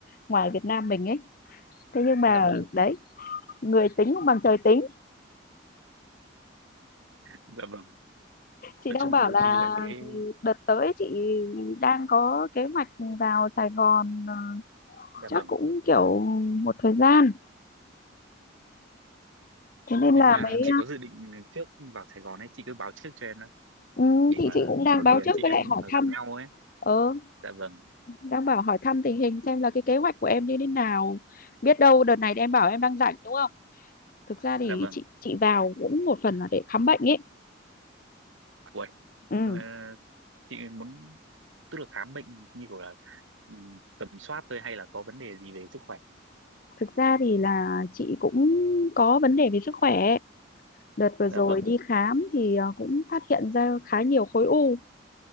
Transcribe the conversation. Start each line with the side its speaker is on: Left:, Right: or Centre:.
Left: ngoài Việt Nam mình ấy thế nhưng mà
Right: dạ vâng
Left: đấy người tính không bằng trời tính
Right: dạ vâng
Left: chị
Right: nói
Left: đang
Right: chung
Left: bảo
Right: là đôi
Left: là
Right: khi là cái
Left: đợt tới chị đang có kế hoạch vào Sài Gòn ờ,
Right: dạ
Left: chắc
Right: vâng
Left: cũng kiểu một thời gian thế nên
Right: nếu
Left: là
Right: mà
Left: Ừ. mấy
Right: chị có dự định trước vào Sài Gòn ấy chị cứ báo trước cho em đó
Left: ờ, ừ,
Right: để
Left: thì
Right: mà
Left: chị cũng đang
Right: có
Left: báo
Right: gì là
Left: trước
Right: chị
Left: với
Right: em
Left: lại
Right: mình
Left: hỏi
Right: ờ,
Left: thăm
Right: gặp nhau ấy
Left: ờ
Right: dạ vâng
Left: đang bảo hỏi thăm tình hình xem là cái kế hoạch của em như thế nào biết đâu đợt này em bảo em đang rảnh đúng không thực ra thì
Right: dạ vâng
Left: chị chị vào cũng một phần là để khám bệnh ấy
Right: Uầy,
Left: ừ.
Right: ờ, chị muốn tức là khám bệnh như kiểu là ừm, tầm soát thôi hay là có vấn đề gì về sức khỏe
Left: thực ra thì là chị cũng có vấn đề về sức khỏe đợt vừa rồi
Right: dạ vâng
Left: đi khám thì ờ, cũng phát hiện ra khá nhiều khối u